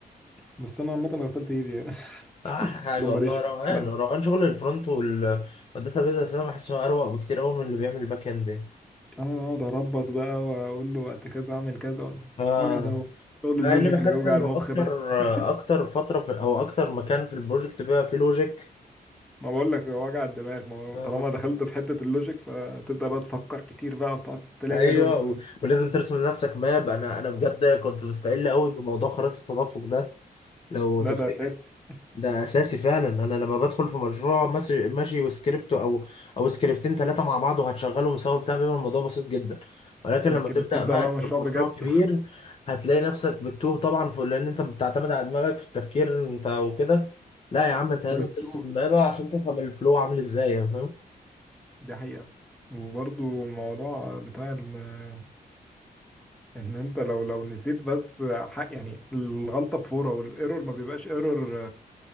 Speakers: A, in the centre; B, on the left.
A: بس انا عامه غسلت ايدي يعني <laughs>
B: احلى حاجه
A: قلت لهم
B: والله
A: ماليش في
B: روقان
A: الكلام
B: روقان
A: ده
B: شغل الفرونت وال والداتا بيز اساسا بحسه اروق بكتير قوي من اللي بيعمل الباك اند يعني.
A: انا اقعد اربط بقى واقول له وقت كذا اعمل كذا
B: اه
A: وجع ده شغل
B: مع
A: اللوجيك
B: اني بحس
A: اللي بيوجع
B: ان
A: المخ
B: اكتر
A: ده <laughs>
B: اكتر فتره في او اكتر مكان في البروجكت بقى فيه لوجيك
A: ما بقول لك هو وجع الدماغ ما هو
B: آه.
A: طالما دخلت في حته اللوجيك فتبدا بقى تفكر كتير بقى وتقعد تلاقي
B: ايوه
A: ايرورز
B: و- ولازم ترسم لنفسك ماب انا انا بجد كنت مستقل قوي بموضوع خريطه التدفق ده لو
A: لا
B: تفتكر
A: ده اساسي
B: ده اساسي فعلا انا لما بدخل في مشروع ماشي ماشي وسكريبت او او سكريبتين ثلاثه مع بعض وهتشغلهم سوا بتاع بيبقى الموضوع بسيط جدا ولكن
A: لكن
B: لما تبدا
A: بتبدأ
B: بقى
A: بقى مشروع
B: في مشروع
A: بجد
B: كبير هتلاقي نفسك بتتوه طبعا في لان انت بتعتمد على دماغك في التفكير انت وكده لا يا عم انت
A: <laughs> فبتتوه
B: لازم ترسم مابا عشان تفهم الفلو عامل ازاي يعني فاهم
A: دي حقيقة وبرضو الموضوع بتاع ال- ان انت لو لو نسيت بس حق يعني الغلطة بفورة والايرور ما بيبقاش ايرور